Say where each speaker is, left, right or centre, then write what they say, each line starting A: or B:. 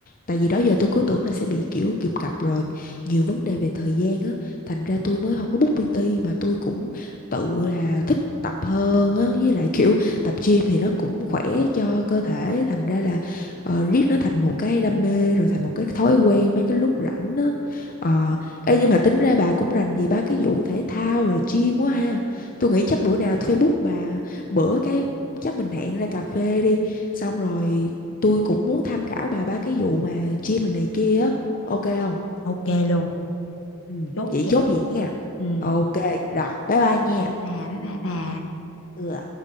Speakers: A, on the left; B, on the left.
A: tại vì đó giờ tôi cứ tưởng là sẽ bị kiểu kìm cặp rồi nhiều vấn đề về thời gian á thành ra tôi mới không có book PT mà tôi cũng tự là thích tập hơn á với lại kiểu tập gym thì nó cũng khỏe cho cơ thể thành ra là ờ, riết nó thành một cái đam mê rồi thành một cái thói quen mấy cái lúc rảnh á ờ ê nhưng mà tính ra bà cũng rành về ba cái vụ thể thao rồi gym quá ha tôi nghĩ chắc bữa nào tôi phải book bà bữa cái chắc mình hẹn ra cà phê đi Xong rồi tôi cũng muốn tham khảo bà ba cái vụ mà gym này, này kia á. Ok không?
B: ok luôn
A: Ừ,
B: chốt
A: vậy
B: kèo
A: chốt vậy nha.
B: ừ
A: Ok, rồi, bye bye nha.
B: ok bà bye bye bà
A: Ừ.